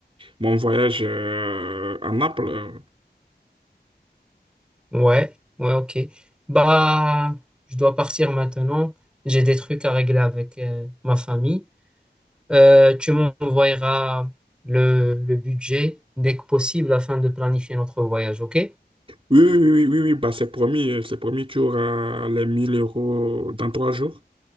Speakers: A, on the right; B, in the centre.
A: mon voyage euh, à Naples.
B: Ouais, ouais, ok. Bah, je dois partir maintenant. J'ai des trucs à régler avec euh, ma famille. Euh, tu m'envoyeras le, le budget dès que possible afin de planifier notre voyage, ok?
A: Oui, oui, oui, oui, oui, oui. bah, c'est promis, euh, c'est promis, tu auras les mille euros dans trois jours.